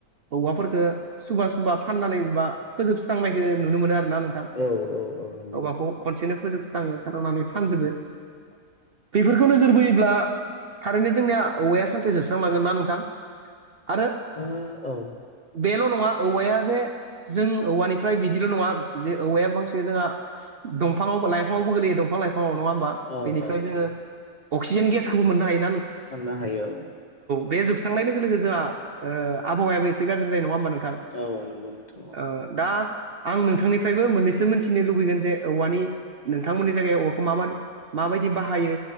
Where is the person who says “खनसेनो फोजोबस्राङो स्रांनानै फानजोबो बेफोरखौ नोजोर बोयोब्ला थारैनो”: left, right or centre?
Right